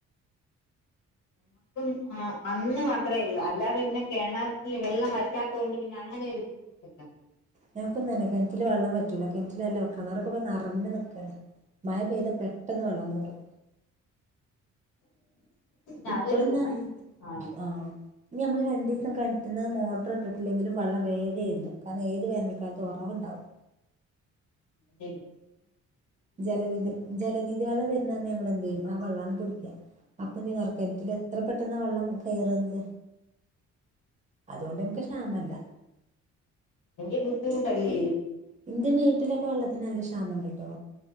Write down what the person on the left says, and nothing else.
<inaudible> ഉം ആ അന്ന് മാത്രമേ ഉള്ളൂ അല്ലാതെ പിന്നെ കിണത്തിന് വെള്ളം വറ്റാത്ത കൊണ്ട് പിന്നെ അങ്ങനെരു ഇല്ലാ
!
<inaudible>
എങ്കിൽ ബദ്ധിമുട്ടല്ലേ